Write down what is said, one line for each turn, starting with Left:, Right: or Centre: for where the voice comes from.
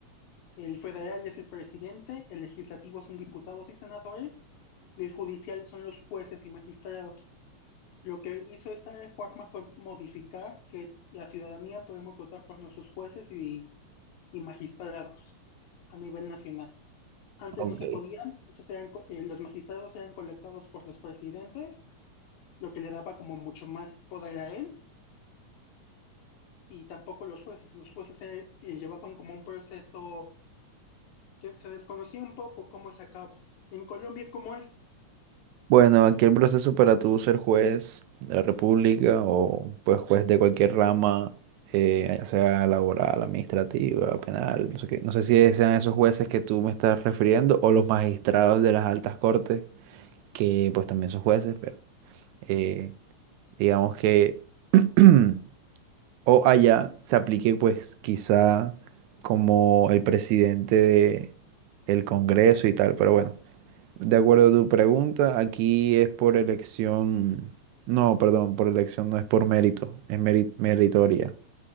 Left: El federal es el presidente, el legislativo son diputados y senadores, y el judicial son los jueces y magistrados. Lo que hizo esta reforma fue modificar que la ciudadanía podemos votar por nuestros jueces y, y magistrados a nivel nacional. Antes
Right: Ok.
Left: no se podían, esos eran, co- eh, los magistrados eran colocados por los presidentes, lo que le daba como mucho más poder a él, y tampoco los jueces. Los jueces eh, eh, llevaban como un proceso que se desconocía un poco cómo se acabó. En Colombia, ¿cómo es?
Right: Bueno, aquí el proceso para tú ser juez de la República o pues juez de cualquier rama, eh, ya sea laboral, administrativa, penal, no sé qué. No sé si sean esos jueces que tú me estás refiriendo o los magistrados de las altas cortes, que pues también son jueces, pero eh, digamos que <clears throat> O allá se aplique, pues, quizá como el presidente de el Congreso y tal. Pero bueno, de acuerdo a tu pregunta, aquí es por elección. No, perdón, por elección no es por mérito, es meri- meritoria.